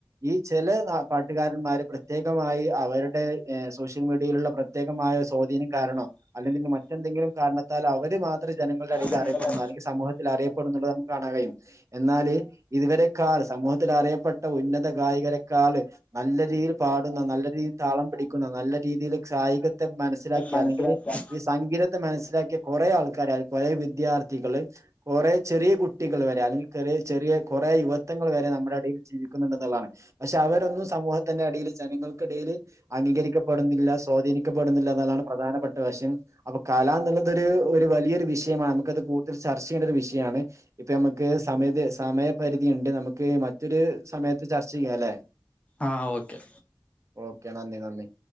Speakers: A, on the right; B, on the left.
A: ഈ ചെലെ ന പാട്ടുകാരന്മാര് പ്രത്യേകമായി അവരുടെ ഏ സോഷ്യൽ മീഡിയയിലുള്ള പ്രത്യേകമായ സ്വാധീനം കാരണം അല്ലെങ്കിൽ മറ്റെന്തെങ്കിലും കാരണത്താൽ അവര് മാത്രം ജനങ്ങളുടെടയിൽ
B: ജനങ്ങളുടെ
A: അറിയപ്പെടുന്നു അല്ലെങ്കി സമൂഹത്തിൽ അറിയ പ്പെടുനുള്ളത് നമക്ക് കാണാൻ കഴിയും എന്നാല് ഇതുവരെക്കാൾ സമൂഹത്തിലറിയപ്പെട്ട ഉന്നത ഗായികരെക്കാള് നല്ല രീതിയിൽ പാടുന്ന നല്ല രീതിൽ താളം പിടിക്കുന്ന നല്ല രീതിൽ സായികത്തെ മനസ് മനസ്സിലാക്കിയ
B: മനസ്സിലാക്കാൻ
A: അല്ലെങ്കിൽ ഈ സംഗീതത്തെ മനസ്സിലാക്കിയ കൊറെ ആൾക്കാരെ കുറെ വിദ്യാർത്ഥികള് കൊറെ ചെറിയ കുട്ടികൾ വരെ അല്ലെങ്കിൽ കൊറെ ചെറിയ കോറെ യുവത്വങ്ങൾ വരെ നമ്മടെ ഇടയിൽ ജീവിക്കുന്നുണ്ട്ന്ന്ള്ളതാണ് പക്ഷെ അവരൊന്നും സമൂഹത്തിന്റെ ഇടെൽ ജനങ്ങൾക്കിടയില് അംഗീകരിക്കപ്പെടുന്നില്ല സ്വാധീനിക്കപ്പെടുന്നില്ല എന്നുള്ളാണ് പ്രധാനപ്പെട്ട വശം അപ്പൊ കലാന്നുള്ളതോരു വലിയൊരു വിഷയമാണ് നമുക്കത് കൂടുതൽ ചർച്ച ചെയ്യേണ്ടോരു വിഷയാണ് ഇപ്പ നമ്മക്ക് സമയത്ത് സമയപരിധിയിണ്ട് നമുക്ക് മറ്റൊരു സമയത്ത് ചർച്ചെയ്യാലെ
B: ആഹ് ഓക്കെ
A: ഓക്കെ നന്ദി നന്ദി